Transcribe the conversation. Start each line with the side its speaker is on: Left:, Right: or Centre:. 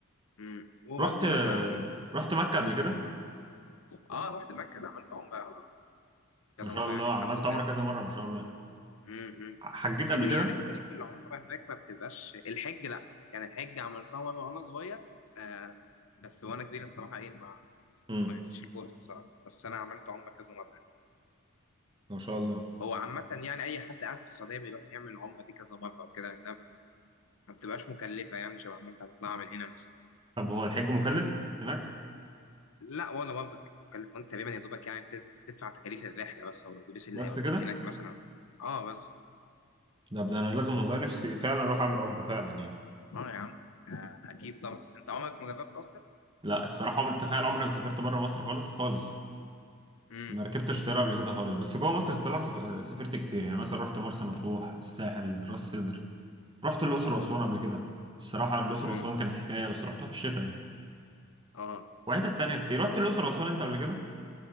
Left: امم وبرضه
Right: رحت آه،
Left: مثلا
Right: رحت مكة قبل كده
Left: اه رحت مكه عملت عمره كذا
Right: ما شاء
Left: مره
Right: الله
Left: يعني الحمد
Right: عملت
Left: لله
Right: عمرة كذا مرة ما شاء الله
Left: امم
Right: حجيت
Left: لان
Right: قبل كده
Left: يعني تكاليف العمره هناك ما بتبقاش الحج لا يعني الحج عملتها مره وانا صغير آه بس وانا كبير الصراحه ايه ما
Right: امم
Left: ما جاتليش الفرصه الصراحه بس انا عملت عمره كذا مره
Right: ما شاء الله
Left: هو عامة يعني أي حد قاعد في السعودية بيروح يعمل العمرة دي كذا مرة وكده لأنها ما بتبقاش مكلفة يعني شبه ما أنت هتطلعها من هنا مثلا
Right: طب هو الحج مكلف هناك
Left: لا ولا برضه فكرة مكلفة وأنت تقريبا يا دوبك يعني بت- بتدفع تكاليف الرحلة بس أو الأتوبيس اللي
Right: بس
Left: هيوديك
Right: كده
Left: هناك مثلا أه بس
Right: ده ده انا لازم والله نفسي فعلا اروح اعمل عمره فعلا يعني
Left: أه يا عم آه، أكيد طبعا أنت عمرك ما جربت أصلا؟
Right: لا الصراحه عمري تخيل عمري ما سافرت بره مصر خالص خالص
Left: امم
Right: ما ركبتش طياره قبل كده خالص بس جوه مصر الصراحه سف- سافرت كتير يعني مثلا رحت مرسى مطروح الساحل راس سدر رحت الاقصر
Left: اه
Right: واسوان قبل كده الصراحه الاقصر
Left: امم
Right: واسوان كانت حكايه بس رحتها في الشتاء يعني
Left: اه
Right: وحتت تانية كتير رحت الاقصر واسوان انت قبل كده